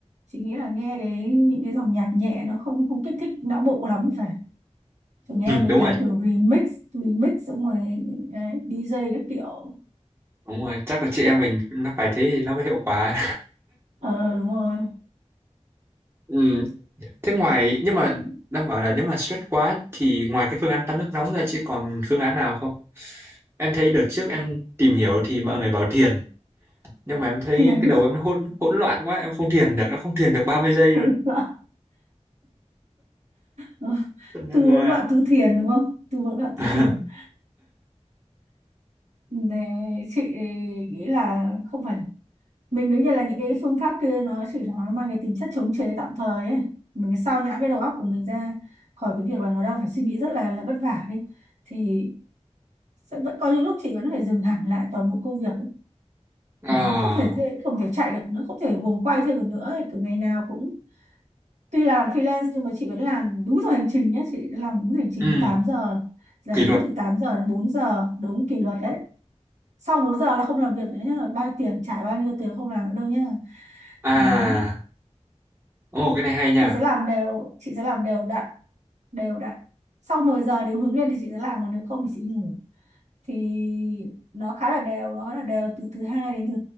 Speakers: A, on the right; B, on the right.
A: chị nghĩ là nghe cái những cái dòng nhạc nhẹ nó không không kích thích não bộ lắm phải phải nghe mấy
B: đúng
A: cái
B: rồi
A: kiểu remix remix xong rồi cái DJ các kiểu
B: đúng rồi chắc là chị em mình nó phải thế thì nó mới hiệu quả
A: ờ đúng rồi
B: <laughs> ừ. Thế ngoài nhưng mà đang bảo là nếu mà stress quá thì ngoài cái phương án tắm nước nóng ra chứ còn phương án nào không? Em thấy đợt trước em tìm hiểu thì mọi người bảo thiền nhưng mà em thấy
A: thiền
B: cái đầu em nó hỗn hỗn loạn quá em không thiền được em không thiền được ba mươi giây
A: <laughs> hỗn
B: luôn
A: loạn Ờ,
B: cho nên
A: tu
B: là
A: hỗn loạn tu thiền đúng không tu hỗn loạn tu
B: <laughs>
A: thiền để chị nghĩ là không phải mình đương nhiên là những cái phương pháp kia nó chỉ là nó mang cái tính chất chống chế tạm thời ấy mình cái sao nhãng cái đầu óc của mình ra khỏi cái việc là nó đang phải suy nghĩ rất là là vất vả ấy thì sẽ vẫn có những lúc chị vẫn phải dừng hẳn lại toàn bộ công việc ấy.
B: à
A: kiểu nó không thể thế, không thể chạy được nữa không thể guồng quay thêm được nữa ấy. kiểu ngày nào cũng tuy làm freelance nhưng mà chị vẫn làm đúng giờ hành trình nhé chị làm đúng giờ hành trình
B: ừ,
A: 8 giờ làm
B: kỷ luật
A: đúng từ 8 giờ đến 4 giờ đúng kỷ luật đấy sau 4 giờ là không làm việc nữa nhá bao nhiêu tiền trả bao nhiêu tiền không làm nữa đâu nhá
B: à
A: đấy
B: ồ cái này hay nha
A: chị sẽ làm đều chị sẽ làm đều đặn đều đặn sau 10 giờ nếu hướng lên thì chị sẽ làm còn nếu không thì chị ngủ thì nó khá là đều nó là đều từ thứ hai đến thứ